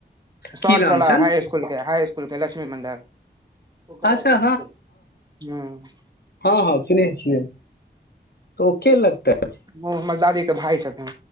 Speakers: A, on the right (about 20°); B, on the left (about 60°).
A: सर
B: की नाम
A: छलाह
B: छनि
A: हाइ इसकुलके-हाइ इसकुलके लक्ष्मी मंडल। ओ कतय
B: अच्छा
A: रखा गेलै, चल। हुँ।
B: हँ-हँ चिन्हैत छियैय त ओ के लगतैथ?
A: ओ हमर दादी भाय छथिन।